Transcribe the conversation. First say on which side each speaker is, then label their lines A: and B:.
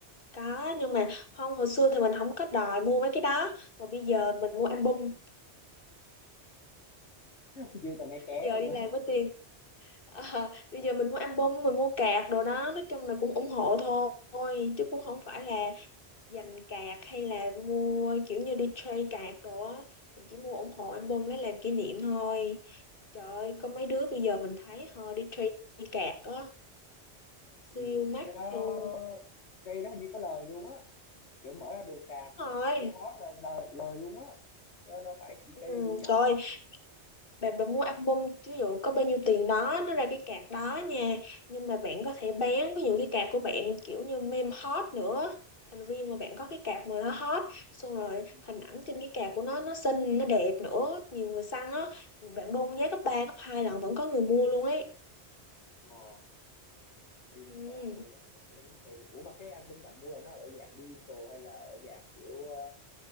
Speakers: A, on the left; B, on the left.
A: có nhưng mà không hồi xưa thì mình không có đòi mua mấy cái đó mà bây giờ mình mua album
B: <laughs> Chưa từng nghe ké
A: bây giờ
B: <laughs> không
A: đi
B: mà.
A: làm có tiền Ờ,
B: Ờ,
A: bây giờ mình mua album mình mua cạc đồ đó nói chung là cũng ủng hộ thôi chứ cũng
B: ừ,
A: không phải
B: ừ,
A: là dành cạc hay là mua kiểu như đi trade cạc đồ á mình chỉ mua ủng hộ album lấy làm kỷ niệm thôi trời ơi có mấy đứa bây giờ mình thấy họ đi trade cạc á siêu
B: ừ.
A: mắc
B: Cái đó
A: luôn
B: Cái đó hình như có lời luôn á Kiểu mở ra được cạc
A: đúng rồi
B: Kiểu hot là lời, lời luôn á Đó đâu phải chỉ
A: ừ,
B: chơi cho vui đâu
A: trời ơi, bạn bạn mua album ví dụ có bao nhiêu tiền đó nó ra cái card đó nha nhưng mà bạn có thể bán ví dụ cái card của bạn kiểu như meme hot nữa thành viên mà bạn có cái card mà nó hot xong rồi
B: ừ,
A: hình
B: ừ.
A: ảnh trên cái card của nó nó xinh nó đẹp nữa nhiều người săn á bạn đôn giá gấp 3 gấp 2 lần vẫn có người mua luôn ấy
B: Wow Trên
A: ừ.
B: cạc luôn á Ủa cái đó đúng là hay thiệt. Ủa mà cái album bạn mua là nó ở dạng digital hay là ở dạng kiểu ờ,